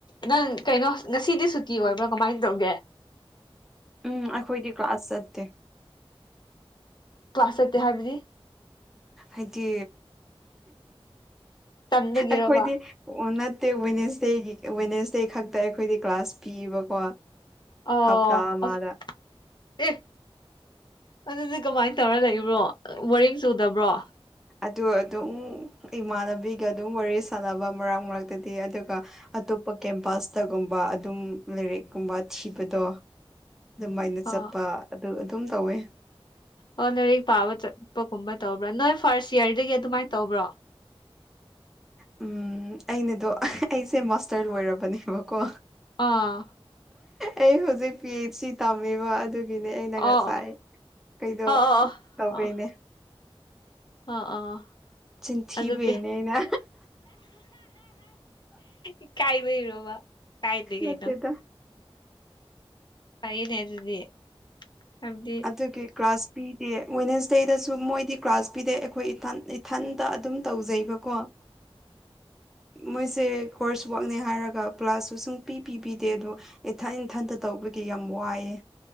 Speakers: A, on the left; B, in the centre.
A: ꯅꯪ ꯀꯩꯅꯣ ꯉꯁꯤꯗꯤ ꯁꯨꯇꯤ ꯑꯣꯏꯕ꯭ꯔꯥ ꯀꯃꯥꯏ ꯇꯧꯒꯦ꯫
B: ꯎꯝ ꯑꯩꯈꯣꯏꯗꯤ ꯀ꯭ꯂꯥꯁ ꯆꯠꯇꯦ꯫
A: ꯀ꯭ꯂꯥꯁ ꯆꯠꯇꯦ ꯍꯥꯏꯕꯗꯤ꯫
B: ꯍꯥꯏꯗꯤ
A: ꯇꯟꯕꯒꯤꯔꯕ
B: ꯑꯩꯈꯣꯏꯗꯤ꯫ ꯑꯣ ꯅꯠꯇꯦ ꯋꯦꯠꯅꯁꯗꯦꯒꯤ ꯋꯦꯠꯅꯁꯗꯦ ꯈꯛꯇ ꯑꯩꯈꯣꯏꯗꯤ ꯀ꯭ꯂꯥꯁ ꯄꯤꯕꯀꯣ꯫
A: ꯑꯣ
B: ꯍꯞꯇꯥ ꯑꯃꯗ
A: ꯑꯁ꯫ ꯑꯦ ꯑꯗꯨꯗꯤ ꯀꯃꯥꯏ ꯇꯧꯔ ꯂꯩꯕ꯭ꯔꯣ ꯕꯣꯔꯤꯡ ꯆꯨꯗꯕ꯭ꯔꯣ꯫
B: ꯑꯗꯨ ꯑꯗꯨꯝ ꯏꯃꯥꯟꯅꯕꯤꯒ ꯑꯗꯨꯝ ꯋꯥꯔꯤ ꯁꯥꯟꯅꯕ ꯃꯔꯛ ꯃꯔꯛꯇꯗꯤ ꯑꯗꯨꯒ ꯑꯇꯣꯞꯄ ꯀꯦꯝꯄꯥꯁꯇꯒꯨꯝꯕ ꯑꯗꯨꯝ ꯂꯥꯏꯔꯤꯛꯀꯨꯝꯕ ꯊꯤꯕꯗꯣ꯫ ꯑꯗꯨꯝꯃꯥꯏꯅ ꯆꯠꯄ
A: ꯑꯥ
B: ꯑꯗꯨ ꯑꯗꯨꯝ ꯇꯧꯋꯦ꯫
A: ꯑꯣ ꯂꯥꯏꯔꯤꯛ ꯄꯥꯕ ꯆꯠꯄꯒꯨꯝꯕ ꯇꯧꯕ꯭ꯔꯥ ꯅꯣꯏ ꯐꯥꯔꯁ ꯌꯔꯗꯒꯤ ꯑꯗꯨꯃꯥꯏꯅ ꯇꯧꯕ꯭ꯔꯣ꯫
B: ꯎꯝ ꯑꯩꯅꯗꯣ ꯑꯩꯁꯦ ꯃꯥꯁꯇꯔ ꯂꯣꯏꯔꯕꯅꯦꯕꯀꯣ꯫
A: ꯑꯥ꯫
B: ꯑꯩ ꯍꯧꯖꯤꯛꯇꯤ ꯁꯤ ꯇꯧꯕꯤꯕ ꯑꯗꯨꯒꯤ ꯒꯤꯅꯦ ꯑꯩꯅ ꯉꯁꯥꯏ
A: ꯑꯣ
B: ꯀꯩꯗꯣ
A: ꯑꯣ ꯑꯣ
B: ꯇꯧꯕꯩꯅꯦ꯫
A: ꯑꯣ ꯑꯣ ꯑꯣ꯫
B: ꯆꯤꯟꯊꯤꯕꯩꯅꯤ
A: ꯑꯗꯨ ꯄꯤ
B: ꯑꯩꯅ
A: ꯏꯀꯥꯏꯕꯩꯔꯣꯕ ꯀꯥꯏꯗꯦ ꯀꯩꯅꯣ꯫
B: ꯅꯠꯇꯦꯗ
A: ꯐꯩꯅꯦ ꯑꯗꯨꯗꯤ꯫ ꯍꯥꯏꯕꯗꯤ
B: ꯑꯗꯨꯒꯤ꯫ ꯀ꯭ꯂꯥꯁ ꯄꯤꯗꯦ ꯋꯦꯠꯅꯦꯁꯗꯦꯗꯁꯨ ꯃꯣꯏꯗꯤ ꯀ꯭ꯂꯥꯁ ꯄꯤꯗꯦ ꯑꯩꯈꯣꯏ ꯏꯊꯟ ꯏꯊꯟꯗ ꯑꯗꯨꯝ ꯇꯧꯖꯩꯕꯀꯣ꯫
A: <inaudible>
B: ꯃꯣꯏꯁꯦ ꯀꯣꯔꯁ ꯋꯥꯛꯅꯦ ꯍꯥꯏꯔꯒ ꯀꯥ꯭ꯂꯁꯁꯨ ꯁꯨꯡ ꯄꯤ ꯄꯤꯕꯤꯗꯦ ꯑꯗꯣ ꯏꯊꯟ ꯏꯊꯟꯇ ꯇꯧꯕꯒꯤ ꯌꯥꯝ ꯋꯥꯏꯌꯦ